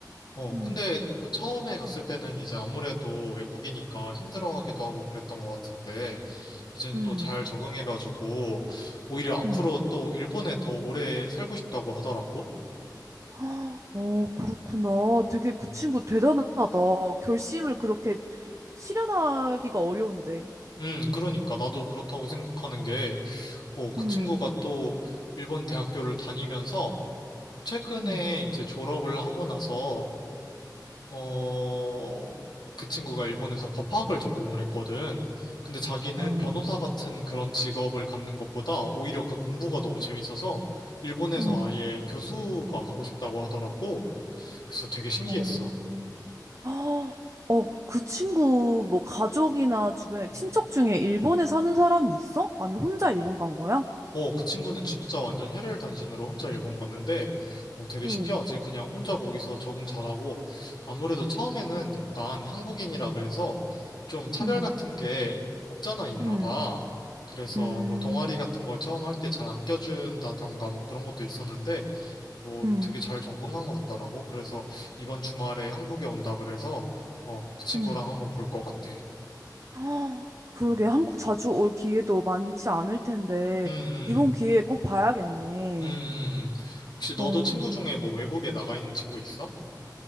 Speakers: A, on the left (about 80°); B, on the right (about 40°).
A: 어,
B: 음,
A: 근데 뭐 처음에 갔을 때는 이제 아무래도 외국이니까 힘들어하기도 하고 그랬던 것 같은데, 이젠
B: 음.
A: 또 잘 적응해가지고, 오히려 앞으로
B: 음.
A: 또 일본에 더 오래 살고 싶다고 하더라고.
B: 헉, 어, 그렇구나. 되게 그
A: 음.
B: 친구 대단하다. 결심을 그렇게 실현하기가 어려운데.
A: 음, 그러니까 나도 그렇다고 생각하는 게, 어, 그
B: 음,
A: 친구가 또 일본 대학교를 다니면서 최근에
B: 음,
A: 이제 졸업을 하고 나서 어, 그 친구가 일본에서 법학을 전공을 했거든. 근데 자기는
B: 어,
A: 변호사 같은 그런 직업을 갖는 것보다 오히려 그 공부가 너무 재밌어서 일본에서
B: 음,
A: 아예 교수가 하고 싶다고 하더라고. 그래서 되게 신기했어.
B: 어. 헉, 어, 그 친구 뭐 가족이나 주변에
A: 음.
B: 친척 중에 일본에 사는 사람이 있어? 아니 혼자 일본 간 거야?
A: 어, 그 친구는 진짜 완전 혈혈단신으로 혼자 일본 갔는데, 어, 되게
B: 응.
A: 신기하지? 그냥 혼자 거기서 적응 잘하고, 아무래도 처음에는 약간 한국인이라 그래서 좀 차별
B: 음,
A: 같은 게 없잖아 있나
B: 음,
A: 봐. 그래서
B: 음,
A: 뭐 동아리 같은 걸 처음 할 때 잘 안 껴준다던가 뭐 그런 것도 있었는데, 뭐
B: 음,
A: 되게 잘 적응한 것 같더라고. 그래서 이번 주말에 한국에 온다 그래서, 어, 그 친구랑
B: 음.
A: 한번 볼 것 같아.
B: 헉, 그러게
A: 음,
B: 한국 자주 올 기회도 많지 않을 텐데
A: 음. 음.
B: 이번 기회에 꼭 봐야겠네.
A: 음, 음, 음. 혹시 너도
B: 어,
A: 친구 중에 뭐 외국에 나가 있는 친구 있어?